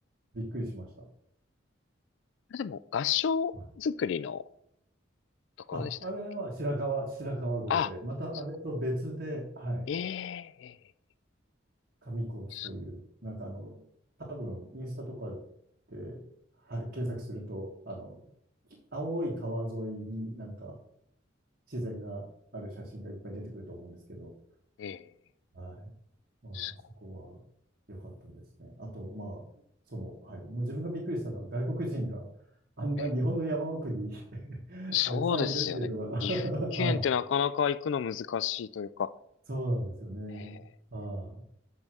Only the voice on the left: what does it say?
あれでも、合掌作りの
ところでしたっけ。
あ、
そこ。
ええ、ええ、
す
ええ、
すご
い。ええ、
そうですよね。
岐阜県ってなかなか行くの難しいというか、
ええ、